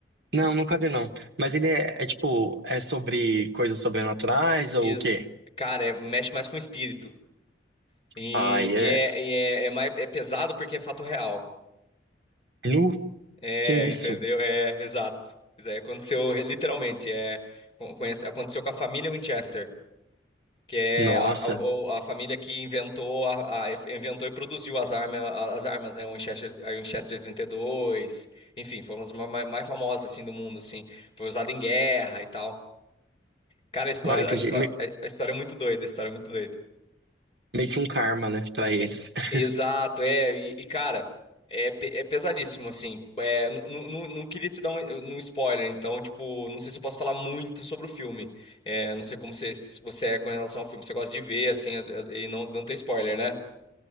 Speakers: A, on the right; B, on the left.
A: não, nunca vi, não. Mas ele é, é tipo, é sobre coisas sobrenaturais ou
B: Ex-
A: o quê?
B: Cara, é- mexe mais com o espírito. E,
A: Ai,
B: e
A: é.
B: é, e é, é mais, é pesado porque é fato real.
A: Nu?
B: É,
A: Que isso?
B: entendeu? É, exato. Isso aí aconteceu re- literalmente. É, con- conhece- aconteceu com a família Winchester, que é
A: Nossa.
B: a, a- o- a família que inventou, a, a- inventou e produziu as armas, as armas, né? O Winchester, a Winchester 32, enfim, foram as ma- ma- mais famosas assim do mundo, assim. Foi usado em guerra e tal. Cara, a história,
A: Ah, entendi.
B: a história,
A: Me-
B: a a história é muito doida, a história é muito doida.
A: meio que um karma, né, pra eles.
B: É,
A: <laughs>
B: Exato, é, e, e, cara, é, pe- é pesadíssimo, assim, é, nu- nu- nu- não queria te dar um, um spoiler, então, tipo, não sei se eu posso falar muito sobre o filme, É, não sei como você, você é com relação ao filme, você gosta de ver, assim, as- as- e não, não ter spoiler, né?